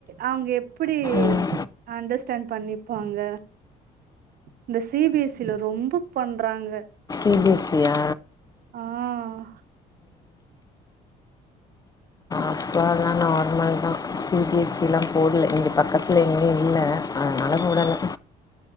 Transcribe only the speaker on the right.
அவுங்க எப்படி
அண்டர்ஸ்டாண்ட் பண்ணிப்பாங்க இந்த சிபிஎஸ் சீல ரொம்ப பண்றாங்க
ஆஹ்